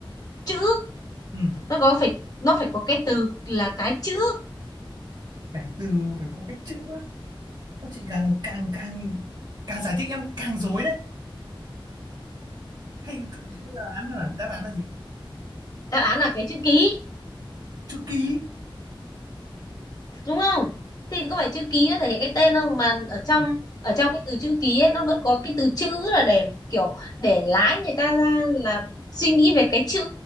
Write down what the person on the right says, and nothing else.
ừ.
phải từ phải có cái chữ á. Các chị càng càng càng càng giải thích em càng rối đấy. Hay thử nghĩ là án là đáp án là gì?
Chữ ký.
Ừ.